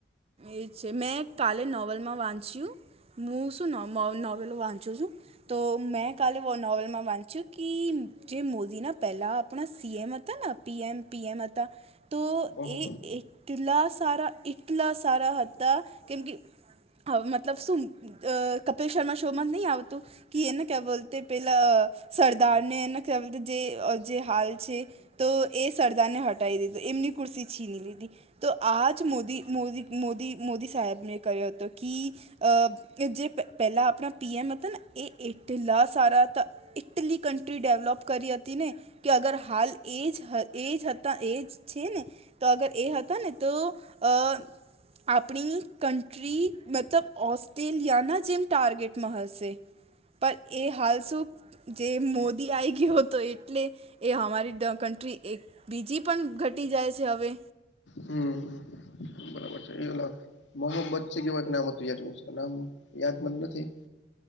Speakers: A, on the right (about 35°); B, on the left (about 80°).
A: એ છે મેં કાલે નોવેલમાં વાંચ્યું હું શું ન નોવેલો વાંચું છું. તો મેં કાલે નોવલમાં વાંચ્યું કે જે મોદીના પહેલા આપણા સીએમ હતા ને. પીએમ પીએમ હતા તો
B: ઓહો
A: એ એઇટલા સારાઇટ. એટલા સારા હતા કેમ કે મતલબું. અ કપિલ શર્મા શો માં નહીં આવતું. કે એને ક્યાવા બોલતે પેલા સરદાર ને એને ક બોલ જે જે હાલ છે. તો એ સરદારને હટાવી દીધું એમની કુર્સી છીની લીધી તો આજ મોદી. મોદી મોદી મોદી સાહેબને કર્યો હતો કે. કે જે પ પહેલા આપણા પીએમ હતા હતા ને એ એરટેલ આ સારા ત. ઇટલી કન્ટ્રી ડેવલોપ કરી હતી ને. કે અગર હાલ એજ એજ હતા એજ છે ને. તો અગર એ હતા ને તો અ. આપણી કન્ટ્રી મતલબ ઓસ્ટ્રેલિયાના જેમ ટાર્ગેટમાં હશે. પણ એ હાલ શું જે મોદી આવી ગયો હતો એટલે. એ અમારી કન્ટ્રી એક બીજી પણ ઘટી જાય છે હવે.
B: હમ્મ <unintelligible> મોહમ્ બદચ કેવા નામ હત યા નામ યાદ મન નથી.